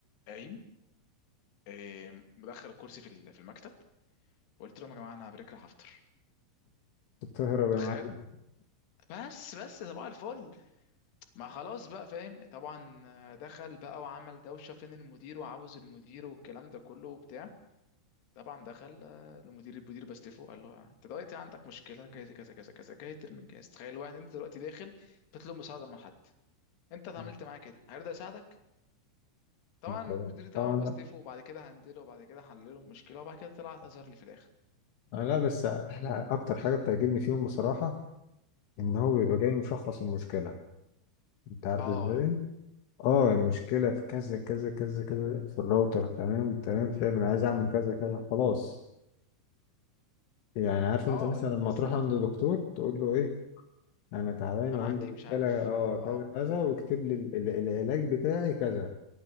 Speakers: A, on the left; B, on the left.
A: قايم إيه، مدخل الكرسي في ال- في المكتب وقلت لهم يا جماعه انا بريك راح افطر
B: بتهرب يا
A: تخيل
B: معلم
A: بس بس طبعا الفل ما خلاص بقى فاهم طبعا آه، دخل بقى وعمل دوشه فين المدير وعاوز المدير والكلام ده كله وبتاع طبعا دخل آه، المدير المدير باستيفو قال له انت دلوقتي عندك مشكله جاي كذا كذا كذا جاي ترمي الجهاز تخيل واحد انت دلوقتي داخل بتطلب مساعده من حد انت اتعاملت
B: <laughs>
A: معاه كده هيرضى يساعدك طبعا مديري
B: طبعا
A: طبعا
B: طبعا
A: بستيفه
B: لا
A: وبعد كده هندله وبعد كده هحلله المشكله وبعد كده طلع اعتذر لي في الاخر
B: آه، لا بس احلى اكتر حاجه بتعجبني فيهم بصراحه ان هو بيبقى جاي مشخص المشكله انت عارف
A: اه
B: ازاي اه المشكله في كذا كذا كذا كذا في الراوتر تمام تمام فاهم انا عايز اعمل كذا كذا خلاص يعني عارف
A: اه
B: انت مثلا
A: الناس
B: لما تروح
A: بت-
B: عند دكتور تقول له ايه انا تعبان
A: انا
B: وعندي
A: عندي
B: مشكله
A: مش عارف
B: اه
A: اه
B: كذا كذا واكتب لي ال- ال- العلاج بتاعي كذا